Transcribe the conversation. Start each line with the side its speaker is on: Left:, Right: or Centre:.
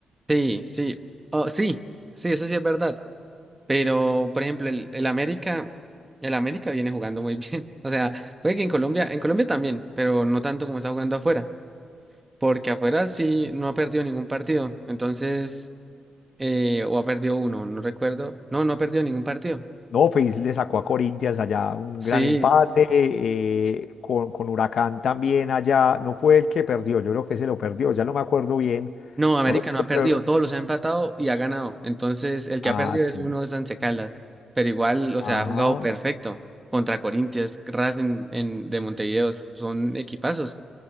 Right: Sí, sí, oh, sí, sí, eso sí es verdad. Pero, por ejemplo, el, el América, el América viene jugando muy bien. <laughs> O sea, puede que en Colombia, en Colombia también, pero no tanto como está jugando afuera, porque afuera sí no ha perdido ningún partido. Entonces, eh, o ha perdido uno, no recuerdo. No, no ha perdido ningún partido.
Left: No, Fis le sacó a Corinthians allá un
Right: Sí,
Left: gran empate, eh, con, con Huracán también allá, no fue el que perdió, yo creo que se lo perdió, ya no me acuerdo bien,
Right: No, América
Left: no recuerdo,
Right: no ha perdido,
Left: pero-
Right: todos los ha empatado y ha ganado. Entonces, el que
Left: ah,
Right: ha perdido
Left: sí,
Right: es uno de Once Caldas, pero igual, o
Left: ajá,
Right: sea, ha jugado perfecto contra Corinthians, Racing en- de Montevideo, son equipazos